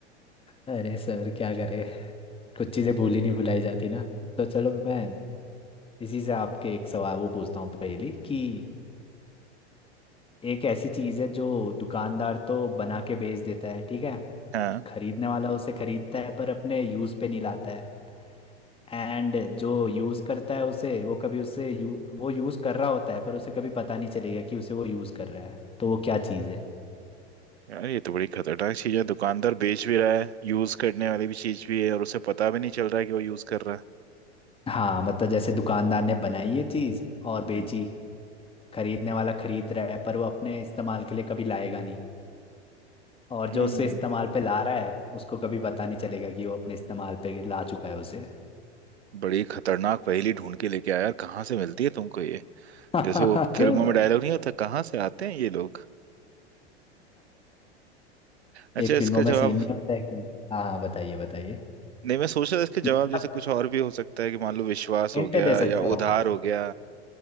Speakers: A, on the left (about 15°); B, on the right (about 70°).
A: अरे सर क्या करे कुछ चीजें भूली नहीं भुलाई जाती ना तो चलो मैं इसी से आपके एक सवाल वो पूछता हूँ पहली कि एक ऐसी चीज है जो दुकानदार तो बना के बेच देता है ठीक है
B: हाँ
A: खरीदने वाला उसे खरीदता है पर अपने यूज पे नहीं लाता है एंड जो यूज करता है उसे वो कभी उसे यू, वो यूज कर रहा होता है पर उसे कभी पता नहीं चलेगा कि उसे वो यूज कर रहा है तो वो क्या चीज है
B: यार ये तो बड़ी खतरनाक चीज है दुकानदार बेच भी रहा है यूज करने वाली भी चीज भी है और उसे पता भी नहीं चल रहा है कि वो यूज कर रहा है
A: हाँ मतलब जैसे दुकानदार ने बनाई ये चीज और बेची
B: हम्म
A: खरीदने वाला खरीद रहा है पर वो अपने इस्तेमाल के लिए कभी लाएगा नहीं और जो
B: हम्म,
A: उसे इस्तेमाल पे ला रहा है उसको कभी पता नहीं चलेगा कि वो अपने इस्तेमाल पे ला चुका है उसे
B: बड़ी खतरनाक पहेली ढूंढ के लेके आया यार कहाँ से मिलती है तुमको ये
A: <laughs>
B: जैसे वो फिल्मों में डायलॉग नहीं होता कहाँ से आते हैं ये लोग अच्छा
A: एक फिल्मों
B: इसका
A: में
B: जवाब
A: सीन नहीं होता है कि हाँ हाँ बताइए बताइए
B: नहीं मैं सोच रहा था इसके जवाब
A: मैं
B: जैसे कुछ और भी हो सकता है कि मान लो विश्वास
A: हिंट
B: हो गया
A: दे सकता
B: या
A: हूँ
B: उधार हो गया